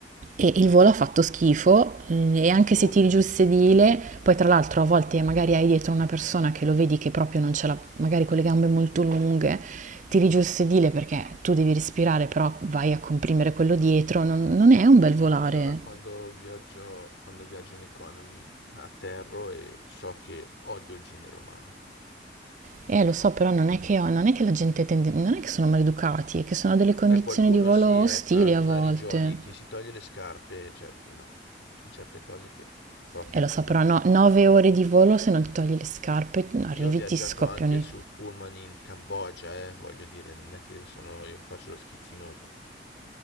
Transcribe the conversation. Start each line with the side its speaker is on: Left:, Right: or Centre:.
Right: E il volo ha fatto schifo mm, e anche
Left: Ovviamente.
Right: se tiri giù il sedile, poi tra l'altro a volte magari hai dietro una persona che lo vedi che proprio non ce l'ha, magari con le gambe molto lunghe, tiri giù il sedile perché tu devi respirare, però vai a comprimere quello dietro, non, non è un bel volare.
Left: Allora, quando viaggio, quando viaggio in economy atterro e so che odio il genere umano.
Right: Eh, lo so, però non è che, non è che la gente tende, non è che sono maleducati, è che sono delle condizioni
Left: Beh, qualcuno
Right: di volo
Left: sì,
Right: ostili
Left: è tra snarigioni,
Right: a volte.
Left: chi si toglie le scarpe, cioè no, ci sono certe cose che proprio
Right: E lo so,
Left: no.
Right: però no, 9 ore di volo se non ti togli le scarpe,
Left: Io
Right: arrivi
Left: ho viaggiato
Right: e ti scoppiano
Left: anche
Right: i-
Left: sul pullman in Cambogia, eh, voglio dire, non è che sono io che faccio lo schizzinoso.